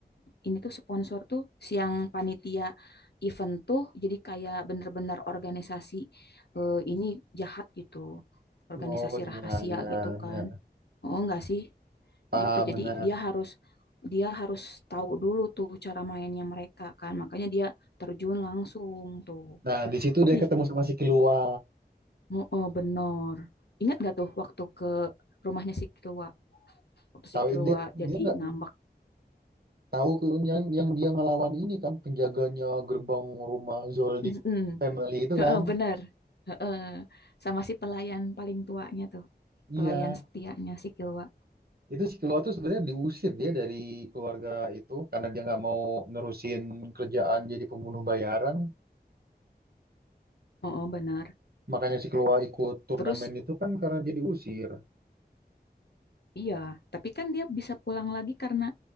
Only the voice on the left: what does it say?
ini tuh sponsor tuh, si yang panitia event tuh, jadi kayak bener-bener organisasi eh, ini jahat gitu, organisasi
rahasia
gitu
kan. Oh enggak sih?
gitu. Jadi
dia harus dia harus tahu dulu tuh cara mainnya mereka kan. Makanya dia terjun langsung tuh.
Ih,
oh, oh, bener. Ingat gak tuh waktu ke rumahnya si Kilwa? Waktu
si Kilwa
jadi
ngambek.
Mm-mm.
Heeh,
bener. Heeh. Sama si pelayan paling tuanya tuh.
Pelayan setianya si Kilwa.
Oh, oh, bener.
Terus
Iya, tapi kan dia bisa pulang lagi karena